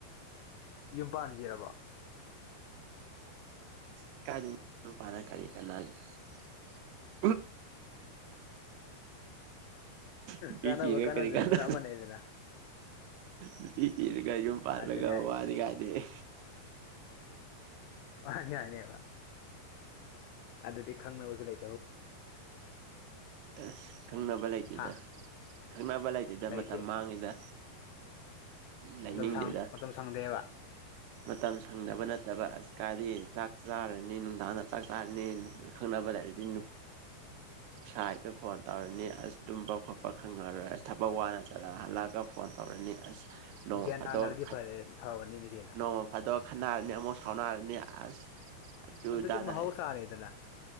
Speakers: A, on the left (about 85°); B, on the right (about 75°).
A: ꯌꯨꯝ ꯄꯥꯟꯕꯤꯔꯕꯣ
B: <unintelligible> ꯅꯨꯄꯤ
A: ꯀꯥꯟꯅꯕ
B: ꯊꯤꯔꯒ
A: ꯀꯥꯟꯅꯗꯕꯗꯨꯅ
B: ꯀꯔꯤ ꯀꯥꯟꯅ
A: ꯑꯃꯅꯦꯗꯅ
B: ꯅꯨꯄꯤ ꯊꯤꯔꯒ ꯌꯨꯝ ꯄꯥꯜꯂꯒ
A: ꯑꯗꯨꯅꯦ ꯍꯥꯏꯁꯦ
B: ꯋꯥꯅꯤꯡꯉꯥꯏꯗꯤ ꯑꯁ
A: <unintelligible> ꯑꯗꯗꯤ ꯈꯪꯅꯕꯖꯨ ꯂꯩ
B: ꯑꯁ ꯈꯪꯅꯕ ꯂꯩꯇꯦꯗ
A: ꯍꯥ
B: ꯈꯪꯅꯕ ꯂꯩꯇꯦꯗ
A: ꯂꯩꯇꯦ
B: ꯃꯇꯝ ꯃꯥꯡꯉꯤꯗ ꯂꯩꯅꯤꯡꯗꯦꯗ
A: ꯃꯇꯝ ꯁꯪ ꯃꯇꯝ ꯁꯪꯗꯦꯕ
B: ꯃꯇꯝ ꯁꯪꯗꯕ ꯅꯠꯇꯕ ꯑꯁ ꯀꯥꯏꯗꯤ ꯆꯥꯛ ꯆꯥꯔꯅꯤ ꯅꯨꯡꯗꯥꯡꯗ ꯆꯥꯛ ꯆꯥꯔꯅꯤ ꯈꯪꯅꯕ ꯂꯩꯔꯗꯤ ꯁꯥꯏꯗ ꯐꯣꯟ ꯇꯧꯔꯅꯤ ꯑꯁ ꯇꯨꯝꯕ ꯈꯣꯠꯄ ꯈꯪꯉꯔꯣꯏ ꯑꯁ ꯊꯕꯛ ꯋꯥꯅ ꯆꯠꯂꯛ ꯍꯜꯂꯛ ꯐꯣꯟ ꯇꯧꯔꯅꯤ ꯑꯁ ꯅꯣꯡꯃ
A: ꯒ꯭ꯌꯥꯟ
B: ꯐꯥꯗꯣꯛ
A: ꯇꯥꯅꯔꯗꯤ ꯐꯔꯦ ꯐꯕꯅꯤꯅꯦ ꯀꯩꯅꯣ
B: ꯅꯣꯡꯃ ꯐꯥꯗꯣꯛ ꯈꯠꯅꯔꯅꯤ ꯑꯃꯨꯛ ꯁꯥꯎꯅꯔꯅꯤ ꯑꯁ ꯑꯗꯨꯗꯥꯅ
A: ꯑꯗꯨꯗꯤ ꯃꯍꯧꯁꯥꯅꯤꯗꯅ